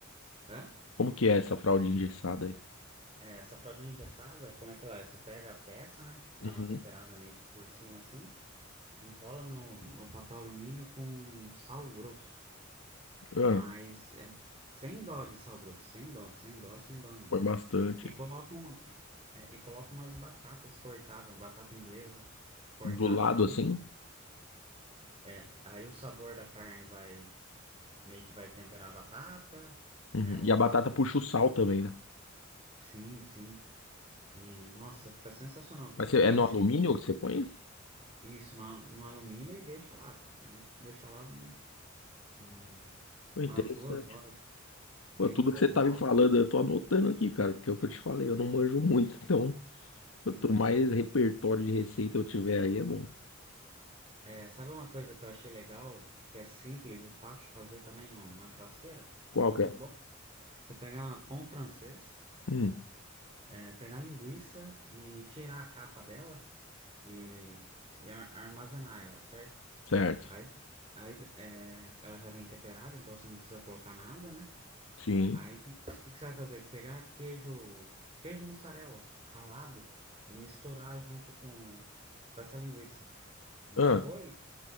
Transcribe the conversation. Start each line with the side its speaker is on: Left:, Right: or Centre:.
Right: Hã?
Left: Como que é essa fralda engessada aí?
Right: É, essa fraldinha engessada, como é que ela é? Você pega a peça, né? Dá
Left: Uhum.
Right: uma temperada meio por cima assim, enrola no, no papel alumínio com sal grosso, mas
Left: Ah,
Right: é, sem dó de sal grosso, sem dó, sem dó, sem dó mesmo.
Left: põe bastante.
Right: E coloca, um- É, e coloca umas batatas cortadas, batata inglesa cortada
Left: Do lado
Right: junto.
Left: assim?
Right: É, aí o sabor da carne vai meio que vai temperar a batata,
Left: Uhum.
Right: é, o
Left: E a
Right: caldo,
Left: batata puxa
Right: sabe?
Left: o sal também, né?
Right: Sim, sim. E nossa, fica sensacional.
Left: Mas você- é
Right: Eu
Left: no
Right: arrisquei
Left: alumínio que você põe?
Right: isso no, a- no alumínio e deixa lá. Tem que deixar lá um- um-
Left: Pô,
Right: umas
Left: interessante.
Right: duas horas, bem
Left: Pô, tudo
Right: em fogo
Left: que você tá
Right: alto.
Left: me falando, eu tô anotando aqui, cara, porque é o que eu te falei, eu não manjo muito. <laughs> Então, quanto
Right: E
Left: mais repertório de receita eu tiver aí, é bom.
Right: é, sabe uma coisa que eu achei legal, que é simples e fácil de fazer também numa churrasqueira? Fica
Left: Qual
Right: muito
Left: que é?
Right: bom. Você pegar pão francês.
Left: Hum,
Right: é, pegar a linguiça e tirar a capa dela e, e ar- armazenar ela, certo?
Left: certo.
Right: Aí, aí é, ela já vem temperada, então você não precisa colocar nada, né?
Left: Sim.
Right: Aí o que, que que você vai fazer? Pegar queijo, queijo mussarela ralado e misturar junto com, com essa linguiça. E
Left: Ah,
Right: depois